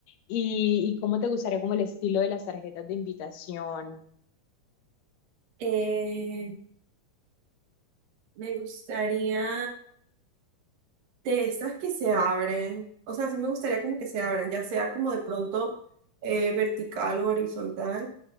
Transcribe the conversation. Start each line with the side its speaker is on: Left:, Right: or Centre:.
Left: ¿Y, y cómo te gustaría como el estilo de las tarjetas de invitación?
Right: Eh, me gustaría de esas que se abren. O sea, sí me gustaría como que se abran, ya sea como de pronto eh, vertical o horizontal.